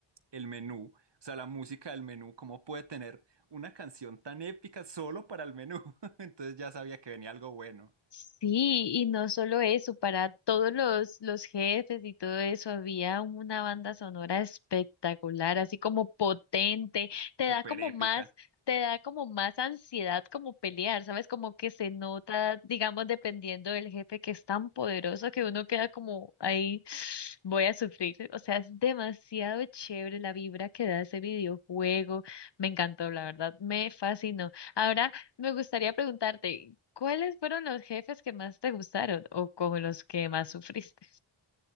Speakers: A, on the right; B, on the left.
A: el menú. O sea, la música del menú, cómo puede tener una canción tan épica solo para el menú. <laughs> Entonces ya sabía que venía algo bueno,
B: Sí, y no solo eso, para todos los, los jefes y todo eso había una banda sonora espectacular, así como potente, te
A: súper
B: da como
A: épica.
B: más, te da como más ansiedad como pelear, ¿sabes? Como que se nota, digamos, dependiendo del jefe que es tan poderoso que uno queda como ahí, <sighs> voy a sufrir. O sea, es demasiado chévere la vibra que da ese videojuego. Me encantó, la verdad, me fascinó. Ahora me gustaría preguntarte, ¿cuáles fueron los jefes que más te gustaron o con los que más sufriste?